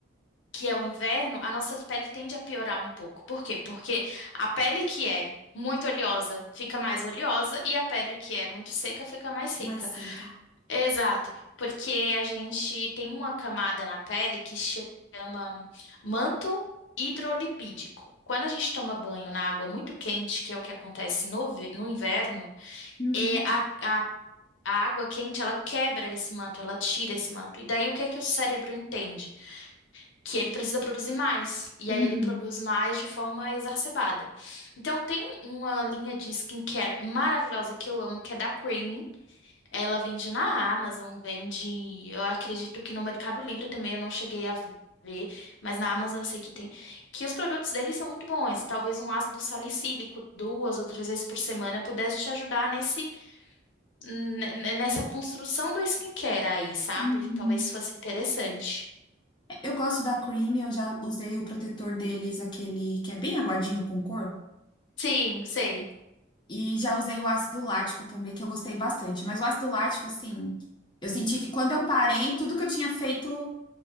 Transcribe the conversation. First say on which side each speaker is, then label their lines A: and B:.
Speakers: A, on the left; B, on the left.
A: que é o inverno, a nossa pele tende a piorar um pouco. Por quê? Porque a pele que é muito oleosa fica mais oleosa e a pele que é muito seca fica mais seca.
B: Mais seca.
A: Exato, porque a gente tem uma camada na pele que chama manto hidrolipídico. Quando a gente toma banho na água muito quente, que é o que acontece no, ve- no inverno,
B: Uhum,
A: é a, a, a água quente ela quebra esse manto, ela tira esse manto. E daí o que é que o cérebro entende? que ele precisa produzir mais. E
B: uhum,
A: aí ele produz mais de forma exacerbada. Então tem uma linha de skincare maravilhosa que eu amo, que é da Creaming. Ela vende na Amazon, vende, eu acredito que no Mercado Livre também eu não cheguei a ver, mas na Amazon eu sei que tem, que os produtos deles são muito bons. Talvez um ácido salicílico duas ou três vezes por semana pudesse te ajudar nesse ne- ne- nessa construção do skincare aí, sabe?
B: uhum.
A: Talvez fosse interessante.
B: Eu gosto da Cream, eu já usei o protetor deles, aquele que é bem aguadinho com cor,
A: Sim, sei.
B: e já usei o ácido lático também, que eu gostei bastante. Mas o ácido lático, assim, eu senti que quando eu parei, tudo que eu tinha feito